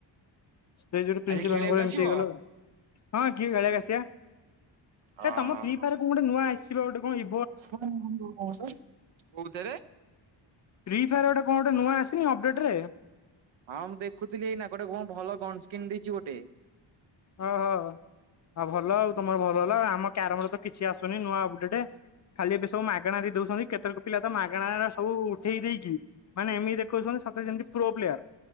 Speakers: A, on the left; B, on the right.
A: ପ୍ରିନ୍ସିପାଲ
B: ଆଜି ଖେଳିବାକୁ
A: ର ଏମତି
B: ଆସିବ?
A: ହେଇଗଲା ଆଉ ହଁ କି ଆସିବା
B: ହଁ
A: ଏ ତମ ଫ୍ରି
B: ହଁ ହ
A: ଫାୟାର କଣ ଗୋଟେ ନୂଆ ଆସିବା ଗୋଟେ କଣ ଇ
B: କୋଉଥିରେ
A: ଫ୍ରିଫାୟାର ଗୋଟେ କଣ ଗୋଟେ ନୂଆ ଆସିନି ଅପଡେଟ ରେ
B: ହଁ ମୁଁ ଦେଖୁଥିଲି ଏଇନା ଗୋଟେ କଣ ଭଲ ଗନ୍ ସ୍କିନ୍ ଦେଇଛି ଗୋଟେ।
A: ଓହୋ ଆଉ ଭଲ ଆଉ ତମର ଭଲ ହେଲା ଆମ କ୍ୟାରମରେ ତ କିଛି ଆସୁନି ନୂଆ ଅପଡେଟ ଖାଲି ଏବେ ସବୁ ମାଗଣା ଦେଇ ଦଉଛନ୍ତି କେତେକ ପିଲା ତ ମାଗଣା ସବୁ ଉଠେଇ ଦେଇକି ମାନେ ଏମିତି ଦେଖଉଛନ୍ତି ସତେ ଯେମିତି ପ୍ରୋ ପ୍ଲେୟାର